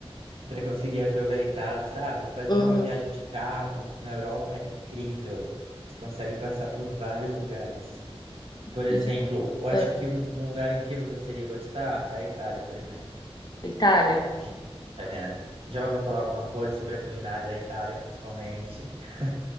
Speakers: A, on the right; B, on the left.
A: para conseguir aproveitar, sabe? Fazer
B: Uhum.
A: uma viagem de carro na Europa é incrível. Você consegue passar por vários lugares. Por exemplo,
B: E dizem-
A: eu acho
B: ah,
A: que um, um lugar incrível que você iria gostar é a Itália, por exemplo.
B: Itália.
A: De- já ouviu falar alguma coisa sobre a culinária da Itália, principalmente? <laughs>